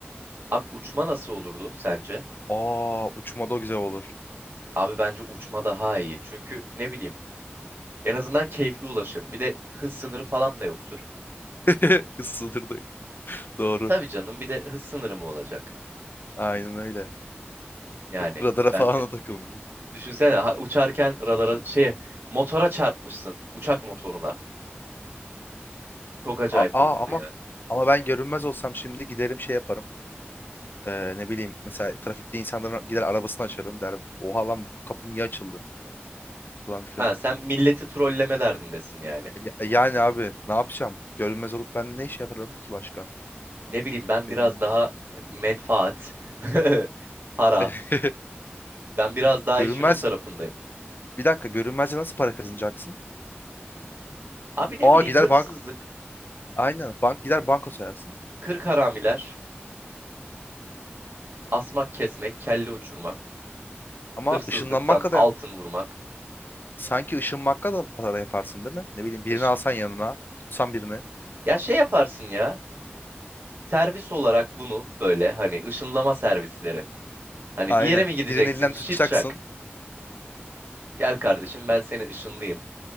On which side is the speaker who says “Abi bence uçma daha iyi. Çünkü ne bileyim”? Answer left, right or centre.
Right